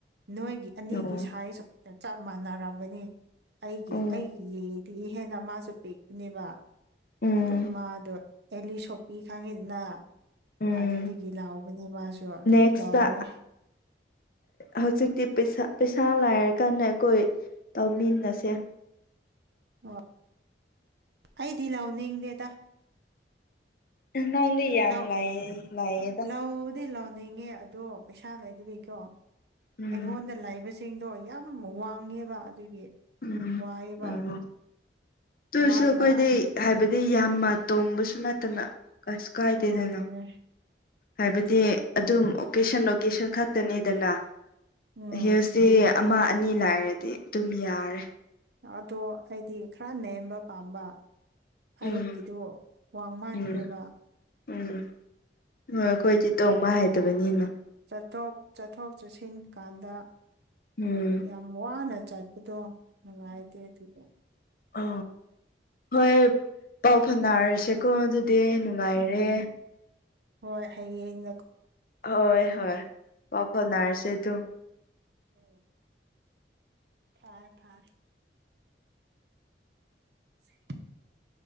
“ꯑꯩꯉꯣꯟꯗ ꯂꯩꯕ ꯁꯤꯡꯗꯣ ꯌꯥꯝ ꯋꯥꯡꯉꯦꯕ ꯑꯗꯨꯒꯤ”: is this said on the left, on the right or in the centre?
Right